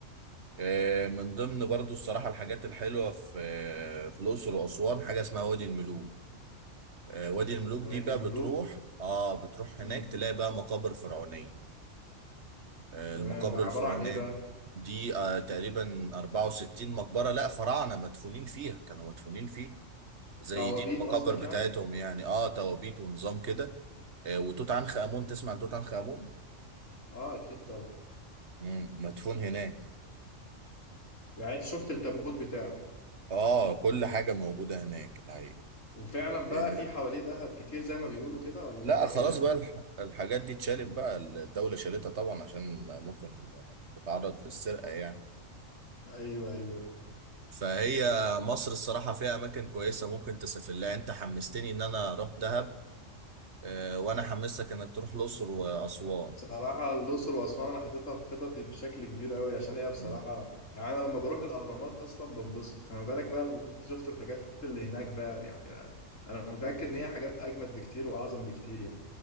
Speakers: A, on the right; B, on the left.
A: آه، من ضمن برضو الصراحه الحاجات الحلوه في آه، في الاقصر واسوان حاجه اسمها وادي الملوك آه، وادي الملوك
B: وادي
A: دي بقى
B: الملوك
A: بتروح اه بتروح
B: امم
A: هناك تلاقي بقى مقابر فرعونيه آه،
B: تمام
A: المقابر
B: ده عباره
A: الفرعونيه
B: عن ايه بقى
A: دي آه تقريبا 64 مقبره لا فراعنه مدفونين فيها كانوا مدفونين فيه زي
B: توابيت
A: دي المقابر
B: قصدك
A: بتاعتهم
B: يعني
A: يعني اه توابيت ونظام كده آه وتوت عنخ امون تسمع عن توت عنخ امون
B: اه اكيد طبعا
A: مم. مدفون هناك
B: يعني انت شفت التابوت بتاعه
A: اه كل حاجه موجوده هناك الحقيقه
B: وفعلا بقى
A: آه
B: في حواليه ذهب كتير زي ما بيقولوا كده ولا
A: لا
B: ده
A: خلاص
B: كلام
A: بقى الح- الحاجات دي اتشالت بقى الدوله شالتها طبعا عشان ممكن تتعرض للسرقه يعني
B: <laughs> ايوه ايوه
A: فهي مصر الصراحه فيها اماكن كويسه ممكن تسافر لها انت حمستني ان انا اروح دهب آه وانا حمستك انك تروح الاقصر واسوان
B: بصراحة الأقصر وأسوان أنا حاططها في خططي بشكل كبير أوي عشان هي بصراحة
A: مم.
B: يعني أنا لما بروح الأهرامات أصلا بنبسط فما بالك بقى لما رحت شفت الحاجات اللي هناك بقى يعني أنا متأكد
A: مم.
B: إن هي حاجات أجمد بكتير وأعظم بكتير يعني